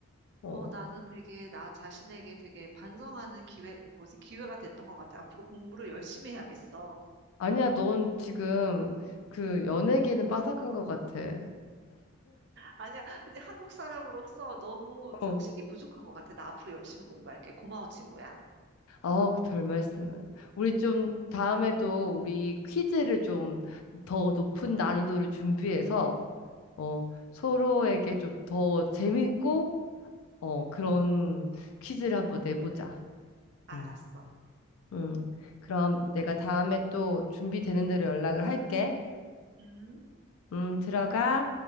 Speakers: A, on the left; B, on the right.
A: 어.
B: 어, 나는 되게 나 자신에게 되게 반성하는 기회, 뭐지, 기회가 됐던 것 같아. 앞으로 공부를 열심히 해야겠어.
A: 아니야, 넌 지금 그 연예계는 빠삭한 것 같아.
B: 아니야, 근데 한국 사람으로서 너무
A: 어.
B: 상식이 부족한 것 같아. 나 앞으로 열심히 공부할게. 고마워, 친구야.
A: 아, 그 별 말씀을. 우리 좀 다음에 또 우리 퀴즈를 좀 더 높은 난이도를 준비해서 어, 서로에게 좀 더 재밌고 어, 그런 퀴즈를 한번 내보자.
B: 알았어.
A: 음. 음. 그럼 내가 다음에 또 준비되는 대로 연락을 할게.
B: 음.
A: 음, 들어가.